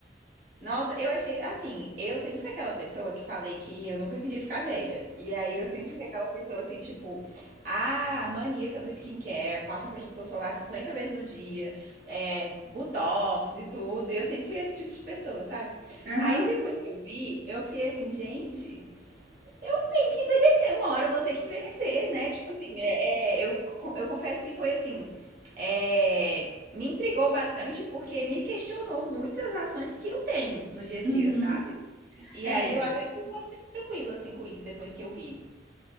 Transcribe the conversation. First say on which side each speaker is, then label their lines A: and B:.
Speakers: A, on the right (about 50°); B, on the right (about 70°).
A: Nossa, eu achei assim, eu sempre fui aquela pessoa que falei que eu nunca queria ficar velha. E aí eu sempre fui aquela pessoa assim, tipo, ah, maníaca do skincare, passa protetor solar 50 vezes no dia, é, botox e tudo. E eu sempre fui esse tipo de pessoa, sabe?
B: Aham.
A: Aí depois que eu vi, eu fiquei assim, gente, eu tenho que envelhecer, uma hora eu vou ter que envelhecer, né? Tipo assim, é, é, eu, co- eu confesso que foi assim. É, me intrigou bastante porque me questionou muitas ações que eu tenho no dia a dia,
B: Uhum.
A: sabe? E
B: É.
A: aí eu até fiquei mais tranquila assim com isso depois que eu vi.